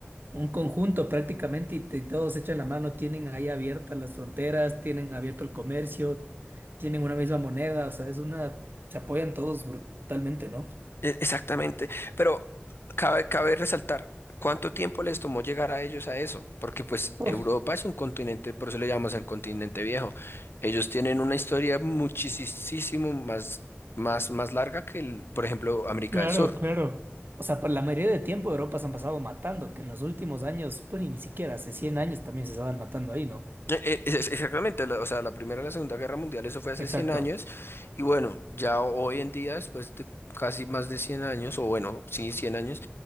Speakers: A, on the right; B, on the left.
A: Un conjunto prácticamente y, te- todos echan la mano, tienen ahí abiertas las fronteras, tienen abierto el comercio, tienen una misma moneda, o sea, es una, se apoyan todos brutalmente, ¿no?
B: E- Exactamente, pero cabe, cabe resaltar cuánto tiempo les tomó llegar a ellos a eso, porque pues
A: Uf,
B: Europa es un continente, por eso le llamamos el continente viejo. Ellos tienen una historia muchísimo más, más, más larga que, el- por ejemplo, América
A: claro,
B: del Sur.
A: claro. O sea, para la mayoría de tiempo Europa se han pasado matando, que en los últimos años, pues y ni siquiera hace 100 años también se estaban matando ahí, ¿no?
B: Eh, eh, es- Exactamente, la- o sea, la Primera y la Segunda Guerra Mundial, eso fue hace
A: Exacto,
B: 100 años, y bueno, ya hoy en día, después de casi más de 100 años, o bueno, sí, 100 años,